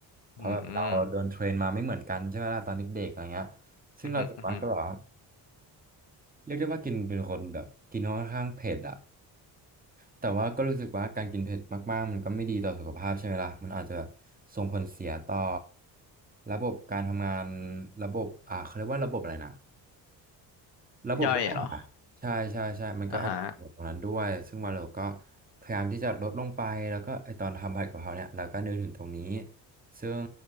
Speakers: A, on the right; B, on the left.
A: เพราะแบบเราโดนเทรนมาไม่เหมือนกันใช่ไหมล่ะตอนเด็กๆอะไรเงี้ย
B: อืมอืม
A: ซึ่งเราส่วนมากก็แบบว่า
B: อหืมออือหือ
A: เรียกได้ว่ากินเป็นคนแบบกินค่อนข้างเผ็ดอะแต่ว่าก็รู้สึกว่าการกินเผ็ดมากๆมันก็ไม่ดีต่อสุขภาพใช่ไหมล่ะ มันอาจจะส่งผลเสียต่อระบบการทำงานระบบอ่าเขาเรียกว่าระบบอะไรนะระบบ
B: ย่อยเหรอ
A: ใช่ใช่ใช่มันก็อาจจะเกิดตรงนั้นด้วย
B: อ่าฮะ
A: ซึ่งว่าเราก็พยายามที่จะลดลงไปแล้วก็ไอตอนทำผัดกะเพราเนี่ยเราก็นึกถึงตรงนี้ ซึ่ง